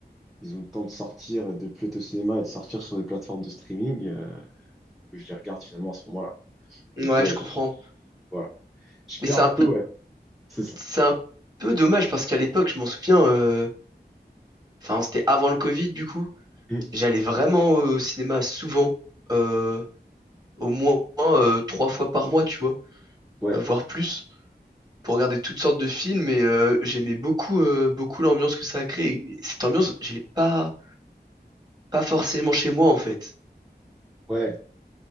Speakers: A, in the centre; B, on the right.
A: ils ont le temps de sortir, de plus être au cinéma et de sortir sur des plateformes de streaming. euh, que je les regarde finalement à ce moment-là.
B: Ouais,
A: Donc, ouais,
B: je comprends.
A: je, voilà. Je
B: Mais
A: perds
B: c'est
A: un
B: un
A: peu,
B: peu,
A: ouais. C'est ça.
B: c'est un peu dommage parce qu'à l'époque, je m'en souviens, euh, enfin, c'était avant le Covid, du coup.
A: Mm.
B: J'allais vraiment au cinéma souvent, euh, au moins euh, trois fois par mois, tu vois,
A: Ouais,
B: euh, voire plus. pour regarder toutes sortes de films et euh, j'aimais beaucoup, euh, beaucoup l'ambiance que ça a créé. Cette ambiance, je l'ai pas, pas forcément chez moi en fait.
A: ouais.